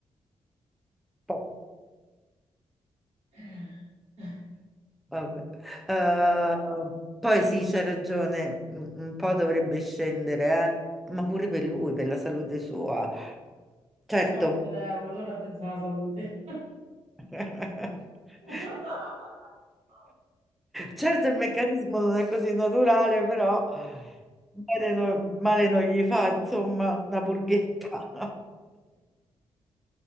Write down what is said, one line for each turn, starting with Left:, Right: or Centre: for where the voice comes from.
Centre: Po-
Right: <laughs>
Centre: vabbè. Eh, poi sì, c'è ragione, un un po' dovrebbe scendere, eh, Ma pure per lui, per la salute sua. Certo.
Right: Amorevole, ora pensa alla salute.
Centre: <laughs>
Right: <laughs>
Centre: Certo, il meccanismo non è così naturale, però bene no- male non gli fa, insomma, una burghetta.